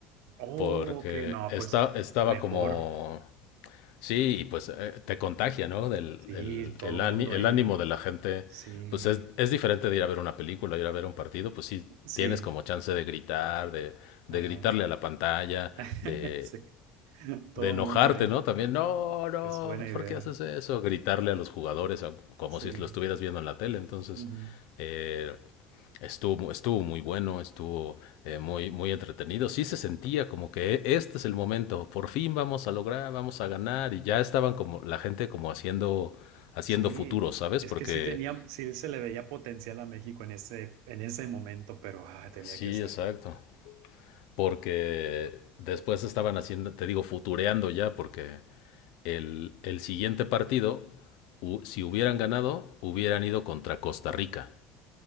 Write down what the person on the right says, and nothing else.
Oh,
ok, no,
pues
mejor.
Sí,
todo
mundo
ahí.
Sí,
sí,
ajá.
<laughs>
Sí, todo
mundo ahí.
Es buena idea.
Sí,
ujú.
Sí,
es
que sí tenía, sí se le veía potencial a México en ese, en ese momento, pero ah, tenía
que ser.